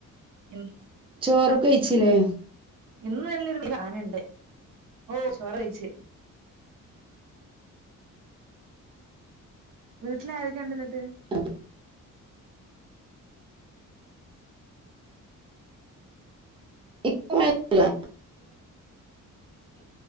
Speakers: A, on the right; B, on the right.
A: ഉം
B: ചോറൊക്കെവെയ്ച്ചിലെ?
A: ഇന്ന് നല്ലൊരു പ്ലാനുണ്ട് ഓ ചോറ വയ്ച്ച്. വീട്ടില ആരൊക്കെ ഉണ്ട് ന്നിട്ട്
B: ആഹ് ഇപ്പോ ആരൂല്ല്യ